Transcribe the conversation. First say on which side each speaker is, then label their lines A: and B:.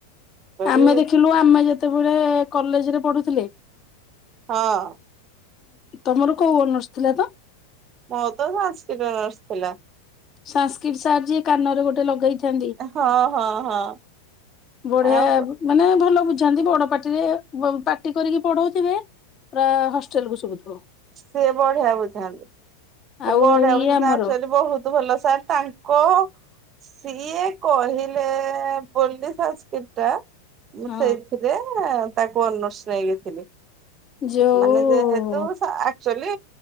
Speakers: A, on the right; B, on the left.
A: କରି
B: ଆମେ ଦେଖିଲୁ ଆମେ ଯେ ତେବେଳେ କଲେଜ୍ ରେ ପଢୁଥିଲେ
A: ହଁ।
B: ତମର କୋଉ ଅନର୍ସ ଥିଲା ତ?
A: ମୋର ତ ସାସ୍କରିଟ୍ ଅନର୍ସ ଥିଲା।
B: ସାଂସ୍କରିଟ୍ ସାର୍ ଯିଏ କାନରେ ଗୋଟ ଲଗେଇ ଥାନ୍ତି,
A: ହଁ ହଁ ହଁ
B: ବଢିଆ
A: ଆଉ
B: ମାନେ ଭଲ ବୁଝାନ୍ତି ବଡ ପାଟି ରେ ପାଟି କରିକି ପଢଉଥିବେ ପୁରା ହଷ୍ଟେଲ୍ କୁ ଶୁଭୁଥିବ।
A: ସିଏ ବଢିଆ ବୁଝାନ୍ତି ତ
B: ଆଉ
A: ବଢିଆ <unintelligible>
B: ଇଏ ଆମର
A: ଆକଚୁଆଲି ବହୁତ୍ ଭଲ ସାର୍, ତାଙ୍କ ସିଏ କହିଲେ ବୋଲି ସାସ୍କରିଟ୍ ଟା ମୁଁ
B: ହଁ
A: ସେଇଥିରେ ତାକୁ ଅନର୍ସ ନେଇଥିଲି।
B: ଯୋଉ
A: ମାନେ ଯେହେତୁ ସା ଆ କଚୁଆଲି